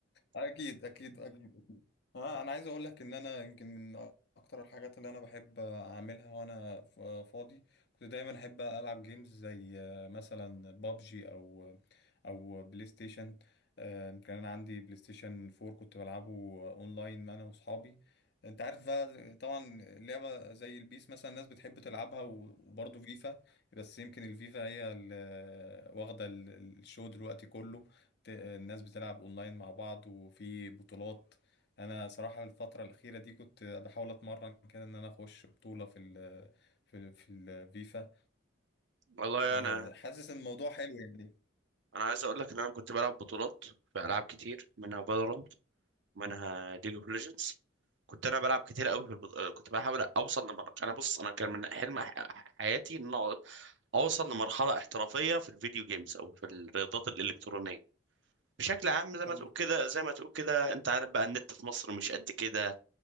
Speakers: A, on the left (about 55°); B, on the right (about 65°).
A: اكيد اكيد اكيد اكيد انا انا عايز اقول لك ان انا يمكن من اكتر الحاجات اللي انا بحب اعملها وانا ف- فاضي كنت دايما احب العب جيمز زي آه، مثلا بابجي او او بلاي ستيشن آه، كان انا عندي بلاي ستيشن 4 كنت بلعبه اونلاين انا واصحابي انت عارف بقى طبعا لعبة زي البيس مثلا الناس بتحب تلعبها و- وبرضه فيفا بس يمكن الفيفا هي اللي واخدة ال- الشو دلوقتي كله ت- الناس بتلعب اونلاين مع بعض وفي بطولات انا صراحة الفترة الأخيرة دي كنت بحاول اتمرن كده ان انا اخش بطولة في ال في في الفيفا
B: والله
A: أه،
B: انا
A: حاسس ان الموضوع حلو يعني
B: انا عايز اقول لك ان انا كنت بلعب بطولات في العاب كتير منها فالورانت منها ليج اوف ليجندز كنت انا بلعب كتير قوي في البط... كنت بحاول اوصل لمرحله انا بص انا كان من حلم ح- حياتي ان أو- اوصل لمرحله احترافيه في الفيديو جيمز او في الرياضات الالكترونيه بشكل عام زي
A: حلو
B: ما تقول كده زي ما تقول كده انت عارف بقى النت في مصر مش قد كده